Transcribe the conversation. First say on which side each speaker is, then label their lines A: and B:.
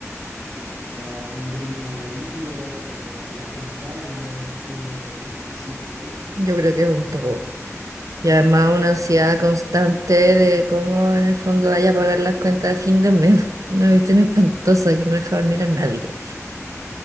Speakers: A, on the right; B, on the right.
A: a un ritmo de vida, o a las pantallas, o, o qué sé yo.
B: Yo creo que es un todo. Y además una ansiedad constante de cómo en el fondo vaya a pagar las cuentas de fin de mes. <laughs> Una cuestión espantosa que no deja dormir a nadie.